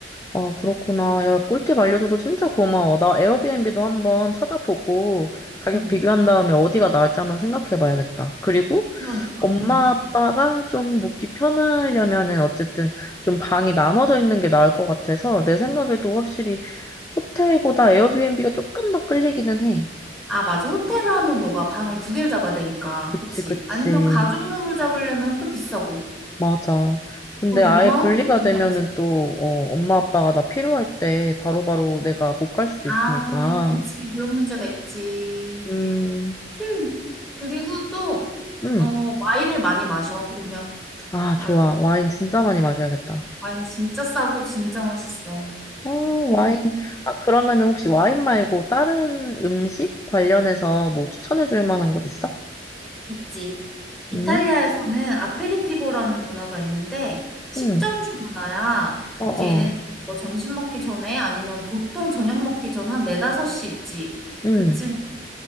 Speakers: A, on the left; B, in the centre.
A: 아, 그렇구나. 야, 꿀팁 알려줘서 진짜 고마워. 나 에어비앤비도 한번 찾아보고 가격
B: 응,
A: 비교한 다음에 어디가 나을지 한번 생각해 봐야겠다. 그리고
B: 그러니까.
A: 엄마
B: 응.
A: 아빠가 좀 묵기 편하려면은 어쨌든 좀 방이 나눠져 있는 게 나을 것 같아서 내 생각에도 확실히 호텔보다 에어비앤비가 조금 더 끌리기는 해.
B: 아, 맞아. 호텔을 하면 너가 방을 두 개를 잡아야 되니까.
A: 그치,
B: 그치?
A: 그치.
B: 아니면 가족룸으로 잡으려면 또 비싸고.
A: 맞아. 근데
B: 그 로마
A: 아예 분리가
B: 호텔이 진짜
A: 되면은 또, 어, 엄마 아빠가 나 필요할 때 바로바로 내가 못 갈 수도
B: 아,
A: 있으니까.
B: 그치. 그런 문제가 있지.
A: 음.
B: 음, 그리고 또,
A: 응.
B: 어, 와인을 많이 마셔, 오면.
A: 아,
B: 알았어.
A: 좋아. 와인 진짜 많이 마셔야겠다.
B: 와인 진짜 싸고 진짜 맛있어.
A: 어,
B: 그리고,
A: 와인. 아, 그러면은 혹시 와인 말고 다른 음식 관련해서 뭐 추천해 줄
B: 음,
A: 만한 곳 있어?
B: 있지. 이탈리아에서는
A: 응?
B: 아페리티보라는 문화가 있는데, 식전주
A: 응.
B: 문화야.
A: 어,
B: 그래서
A: 어.
B: 얘네는 뭐 점심 먹기 전에 아니면 보통 저녁 먹기 전 한 네다섯 시 있지.
A: 응.
B: 그쯤에